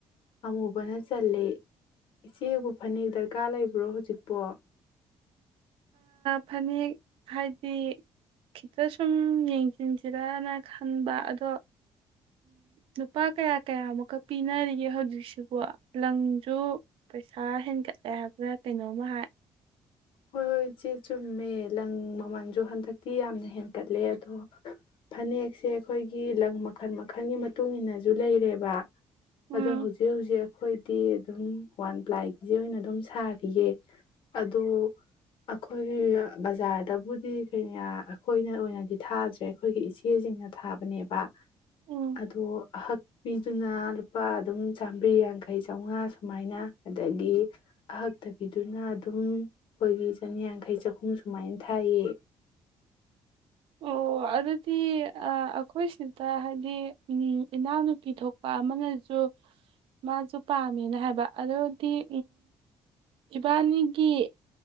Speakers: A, on the left; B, on the right.
A: ꯑꯃꯨꯕꯅ ꯆꯜꯂꯤ ꯏꯆꯦꯕꯨ ꯐꯅꯦꯛ ꯗꯔꯀꯥꯔ ꯂꯩꯕ꯭ꯔꯣ ꯍꯧꯖꯤꯛꯄꯣ
B: ꯐꯅꯦꯛ ꯍꯥꯏꯗꯤ ꯈꯤꯇ ꯁꯨꯝ ꯌꯦꯡꯁꯤꯟꯁꯤꯔꯅ ꯈꯟꯕ ꯑꯗꯣ ꯂꯨꯄꯥ ꯀꯌꯥ ꯀꯌꯥꯃꯨꯛꯀꯛ ꯄꯤꯅꯔꯤꯒꯦ ꯍꯧꯖꯤꯛꯁꯨ ꯋꯥ ꯂꯪꯖꯨ ꯄꯩꯁꯥ ꯍꯦꯟꯒꯠꯂꯦ ꯍꯥꯏ ꯈꯔ ꯀꯩꯅꯣꯝꯃ ꯍꯥꯏ
A: ꯍꯣꯏ ꯍꯣꯏ ꯏꯆꯦ ꯆꯨꯝꯃꯦ ꯂꯪ ꯃꯃꯜꯁꯨ ꯍꯟꯗꯛꯇꯤ ꯌꯥꯝꯅ ꯍꯦꯟꯀꯠꯂꯦ ꯑꯗꯣ ꯐꯅꯦꯛꯁꯦ ꯑꯩꯈꯣꯏꯒꯤ ꯂꯪ ꯃꯈꯜ ꯃꯈꯜꯒꯤ ꯃꯇꯨꯡ ꯏꯟꯅꯁꯨ ꯂꯩꯔꯦꯕ
B: ꯎꯝ
A: ꯑꯗꯣ ꯍꯧꯖꯤꯛ ꯍꯧꯖꯤꯛ ꯑꯩꯈꯣꯏꯗꯤ ꯑꯗꯨꯝ ꯋꯥꯟ ꯄ꯭ꯂꯥꯏꯒꯤꯁꯦ ꯑꯣꯏꯅ ꯑꯗꯨꯝ ꯁꯥꯔ ꯄꯤꯌꯦ ꯑꯗꯣ ꯑꯩꯈꯣꯏ ꯕꯖꯥꯔꯗꯕꯨꯗꯤ ꯀꯩꯌꯥ ꯑꯩꯈꯣꯏꯅ ꯑꯣꯏꯅꯗꯤ ꯊꯥꯗ꯭ꯔꯦ ꯑꯩꯈꯣꯏꯒꯤ ꯏꯆꯦꯁꯤꯡꯅ ꯊꯥꯕꯅꯦꯕ
B: ꯎꯝ
A: ꯑꯗꯣ ꯑꯍꯛꯄꯤꯗꯨꯅ ꯂꯨꯄꯥ ꯑꯗꯨꯝ ꯆꯥꯝꯃ꯭ꯔꯤ ꯌꯥꯡꯈꯩ ꯆꯥꯎꯉꯥ ꯁꯨꯃꯥꯏꯅ ꯑꯗꯒꯤ ꯑꯍꯛ ꯇꯕꯤꯗꯨꯅ ꯑꯗꯨꯝ ꯑꯩꯈꯣꯏꯒꯤ ꯆꯅꯤꯌꯥꯡꯈꯩ ꯆꯍꯨꯝ ꯁꯨꯃꯥꯏꯅ ꯊꯥꯏꯌꯦ
B: ꯑꯣ ꯑꯗꯨꯗꯤ ꯑꯈꯣꯏꯁꯤ ꯗ ꯍꯥꯏꯗꯤ ꯏꯅꯥꯎꯅꯨꯄꯤ ꯊꯣꯛꯄ ꯑꯃꯅꯁꯨ ꯃꯥꯁꯨ ꯄꯥꯝꯃꯦꯅ ꯍꯥꯏꯕ ꯑꯗꯨꯗꯤ ꯏꯕꯥꯅꯤꯒꯤ